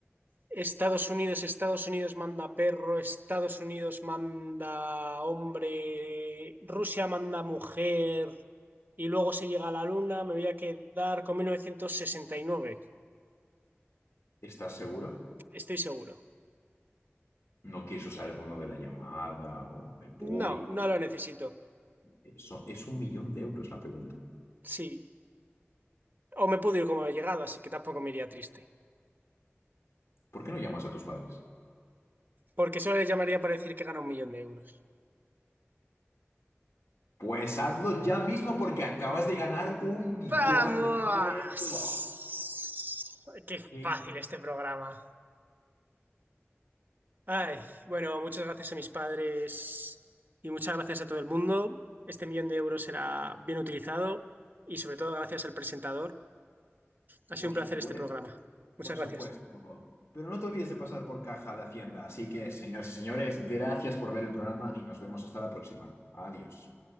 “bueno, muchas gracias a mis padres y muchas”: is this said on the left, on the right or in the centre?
Right